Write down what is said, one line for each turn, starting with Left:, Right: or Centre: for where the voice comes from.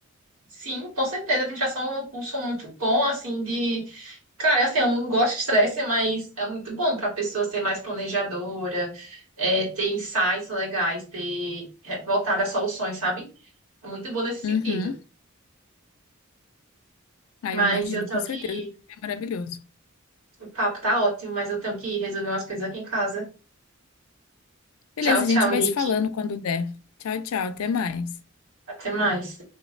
Right: Sim, com certeza, administração é um curso muito bom, assim, de Cara, assim, eu não gosto de estresse, mas é muito bom para a pessoa ser mais planejadora, é, ter insights legais, ter é, voltar a soluções, sabe? É muito bom nesse sentido.
Left: Uhum. Aí
Right: Mas
Left: eu imagino,
Right: eu tenho
Left: com certeza.
Right: que ir.
Left: É maravilhoso.
Right: O papo tá ótimo, mas eu tenho que ir resolver umas coisas aqui em casa.
Left: Beleza,
Right: Tchau, tchau,
Left: a gente vai
Right: Nick.
Left: se falando quando der. Tchau, tchau. Até mais.
Right: Até mais.